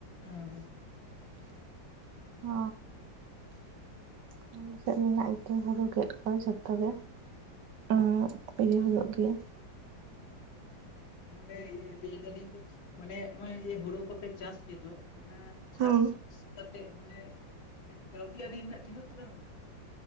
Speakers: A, on the left (about 85°); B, on the right (about 65°).
A: ᱦᱮᱸ ᱾
B: ᱚ ᱾ ᱟᱞᱮ ᱥᱮᱫ ᱢᱮᱱᱟᱜ ᱜᱮᱭᱟ ᱦᱩᱲᱩ ᱠᱮᱫ ᱠᱚᱣᱟ ᱡᱚᱛᱚ ᱜᱮ ᱾ ᱚ ᱤᱭᱟᱹ ᱦᱩᱭᱩᱜ ᱜᱮᱭᱟ ᱾
A: ᱱᱚᱰᱮ ᱤᱭᱟᱹ ᱢᱟᱱᱮ ᱞᱟᱹᱭ ᱫᱟᱞᱤᱧ ᱡᱮ ᱢᱟᱱᱮ ᱱᱚᱜᱚᱭ ᱦᱩᱲᱩ ᱠᱚᱯᱮ ᱪᱟᱥ ᱜᱮᱫᱚ ᱾ ᱚᱱᱟ ᱪᱟᱥ
B: ᱦᱮᱸ
A: ᱠᱟᱛᱮ ᱢᱟᱱᱮ ᱠᱟᱹᱣᱰᱤ ᱟᱹᱨᱤ ᱨᱮᱱᱟᱜ ᱛᱤᱱᱟᱹᱜ ᱜᱟᱱᱩᱜ?